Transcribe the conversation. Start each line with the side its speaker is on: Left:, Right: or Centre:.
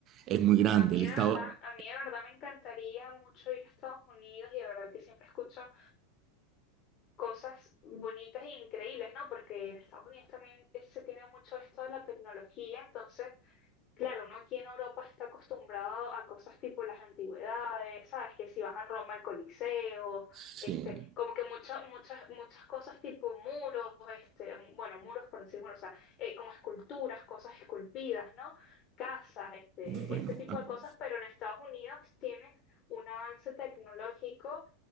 Right: Es muy grande
Left: No, a mí
Right: el
Left: de
Right: estado.
Left: verdad, a mí de verdad me encantaría mucho ir a Estados Unidos y de verdad que siempre escucho cosas bonitas e increíbles, ¿no? Porque en Estados Unidos también eh, se tiene mucho esto de la tecnología, entonces Claro, uno aquí en Europa está acostumbrado a cosas tipo las antigüedades, ¿sabes? Que si vas a Roma al Coliseo,
Right: Sí,
Left: este, como que muchas, muchas, muchas cosas tipo muros, este, bueno, muros por decir muros, o sea, eh, como esculturas, cosas esculpidas, ¿no? Casas, este,
Right: bueno,
Left: este tipo
Right: a-
Left: de cosas, pero en Estados Unidos tienes un avance tecnológico,